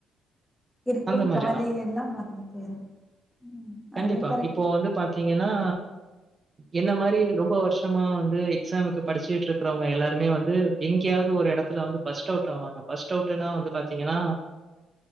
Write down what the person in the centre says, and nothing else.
இருக்கும்
கவலை
எல்லா மறந்து போயிரு ம்
அதுவு கரெக்ட்
<inaudible>